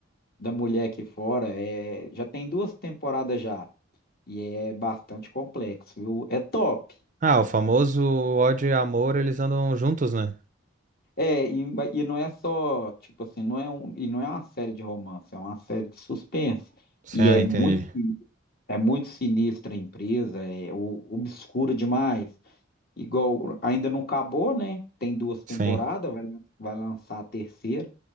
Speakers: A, on the left (about 50°); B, on the right (about 40°).
A: da mulher aqui fora. É, já tem duas temporadas já. E é bastante complexo, viu? É top.
B: Ah, o famoso ódio e amor, eles andam juntos, né?
A: É, e, e não é só, tipo assim, não é um, e não é uma série de romance, é uma série de suspense.
B: Sim,
A: E
B: ah,
A: é
B: entendi.
A: muito, é muito sinistra a empresa, é o- obscura demais. Igual, ainda não acabou, né? Tem duas temporadas,
B: Sim.
A: vai, lan- vai lançar a terceira.